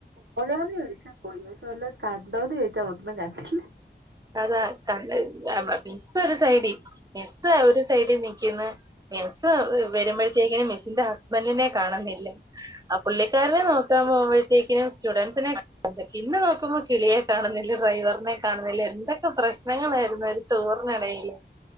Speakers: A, on the right; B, on the right.
A: പോയോന്ന് ചോയിച്ചാ പോയിണ് ക്ഷേ വല്ലോകണ്ടോന്ന് ചോയിച്ചാ ഒന്നും കണ്ടില്ല
B: അതാ കണ്ട മിസ്സ് ഒരു സൈഡിൽ മിസ് ഒരു സൈഡിൽ നിക്കിന്ന് മെസ്സ് വരുമ്പോഴത്തേക്കിനും മിസ്സിൻ്റെ ഹസ്ബൻ്റിനെ കാണുന്നില്ല ആ പുള്ളിക്കാരനെ നോക്കാൻ പോക് ക്കിനും സ്റ്റുഡന്സിനെ കാണ ഇന്ന് നോക്കുമ്പോൾ കിളിയെ കാണുന്നില്ല ഡ്രൈവറിനെ കാണുന്നില്ല എന്തൊക്കെ പ്രശ്നങ്ങളായിരുന്നു ഒരു ടൂറിന്ടയില്